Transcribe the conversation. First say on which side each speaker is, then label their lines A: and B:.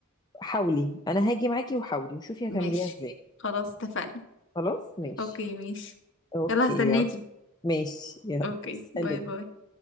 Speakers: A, on the left; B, on the left.
A: حاولي انا هاجي معاكي وحاولي وشوفي
B: ماشي
A: هتعمليها ازاي
B: خلاص اتفقنا
A: خلاص ماشي
B: اوكي ماشي
A: اوكي
B: يلا هستناكي
A: يلا ماشي يلا
B: اوكي
A: سلام
B: باي باي